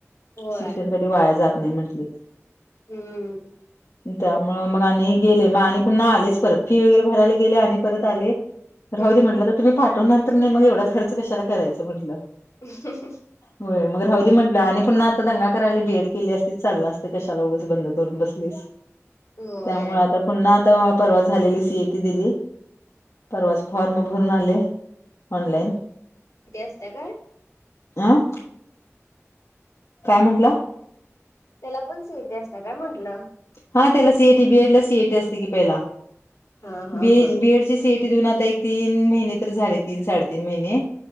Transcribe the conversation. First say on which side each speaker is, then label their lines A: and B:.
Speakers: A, on the left (about 80°); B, on the left (about 70°).
A: होय
B: शिक्षण कधी वाया जात नाही म्हंटलेत
A: हम्म
B: त्यामु मग आणि गेले मग आणि पुन्हा आलेच परत फी वगैरे भरायला गेले आणि परत आले
A: हम्म
B: राह दे म्हटलं तर तुम्ही पाठवणार तर नाही मग एवढा खर्च कशाला करायचं म्हटलं
A: ह
B: होय मग हौदी म्हटलं आणि पण ना आता दंगा करायला बीएड केली असतीच चाललं असतं कशा लोगच बंद करून बसलीस
A: होय
B: त्यामुळे आता पुन्हा आता परवा झालेली सीएटी दिली परवाच फॉर्म भरून आले ऑनलाईन
A: किथे असत काय
B: आं काय म्हटलं
A: त्याला पण सहती असत काय म्हंटलं
B: हा त्याला सीएटी बीएड ला सीएटी असते की पहिला
A: हा हा
B: बी
A: हा
B: बीएड ची सीएटी देऊन आता एक तीन महिने तर झाले तीन साडेतीन महिने